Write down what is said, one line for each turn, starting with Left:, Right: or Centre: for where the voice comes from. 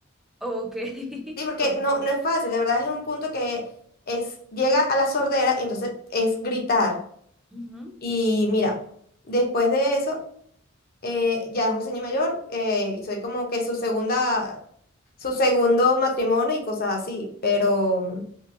Centre: Oh, ok. <laughs>
Left: Sí, porque
Centre: Ok.
Left: no, no es fácil, de verdad es un punto que es, llega a la sordera y entonces es gritar.
Centre: ujú.
Left: Y mira, después de eso, eh, ya es un señor mayor, eh, soy como que su segunda, su segundo matrimonio y cosas así, pero, mm,